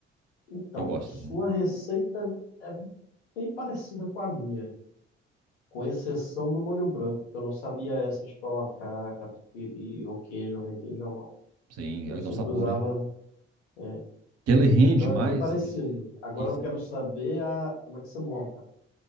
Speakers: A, on the left; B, on the right.
A: Então,
B: Eu gosto,
A: sua
B: viu?
A: receita é bem parecida com a minha, com exceção do molho branco, que eu não sabia essa de colocar catupiry ou queijo, requeijão, não.
B: Sim,
A: Eu
B: aí
A: sempre
B: dá o sabor,
A: usava
B: né?
A: é,
B: Que ele rende
A: Então é
B: mais
A: bem parecido.
B: e,
A: Agora
B: e
A: eu quero saber a... como é que você monta.